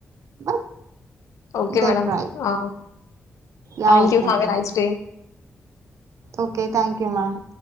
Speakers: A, on the right; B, on the left.
A: but
B: okay
A: they
B: madam
A: try
B: ఆ
A: yeah
B: thank you
A: okay
B: save
A: ma'am
B: a nice day
A: okay thank you ma'am